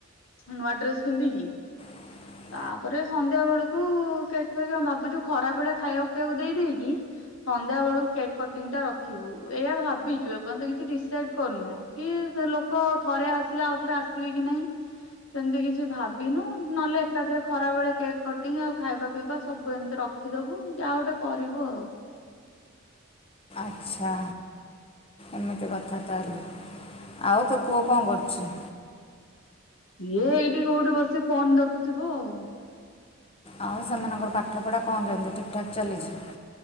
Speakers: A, on the left; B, on the left.
A: ନୂଆ ଡ୍ରେସ ପିନ୍ଧିକି।
B: ହଁ <unintelligible>
A: ତାପରେ ସନ୍ଧ୍ୟା ବେଳକୁ କେକ୍ ଫେକ୍ ଭାବୁଛୁ ଖରାବେଳେ ଖାଇବା ପିବାକୁ ଦେଇଦେଇକି। ସନ୍ଧ୍ୟା ବେଳକୁ କେକ୍ କଟିଂ ଟା ରଖିବୁ ଏଇ ଭାବିଛୁ ଏପଯ୍ୟନ୍ତ କିଛି ଡିସାଇଡ କରନୁ କି ଲୋକ ଥରେ ଆସିଲା ଆଉ ଥରେ ଆସିବେ କି ନାଇଁ? ସେମିତି କିଛି ଭାବିନୁ ନହେଲେ ଏକାଥରେ ଖରାବେଳେ କେକ୍ କଟିଂ ଆଉ ଖାଇବା ପିଇବା ସବୁ ଏମିତି ରଖ ରଖିଦବୁ ଯାହା ଗୋଟେ କରିବୁ ଆଉ
B: ଆଚ୍ଛା ଏମିତି କଥା ତାହାଲେ ଆଉ ତୋ ପୁଅ କଣ କରୁଛି?
A: ସିଏ ଏଇଠି କୋଉଠି ବସି ଫୋନ ଦେଖୁଥିବ ଆଉ?
B: ଆଉ ସେମାନଙ୍କ ପାଠପଢ଼ା କଣ କେମିତି ଠିକ୍ ଠାକ୍ ଚାଲିଛି?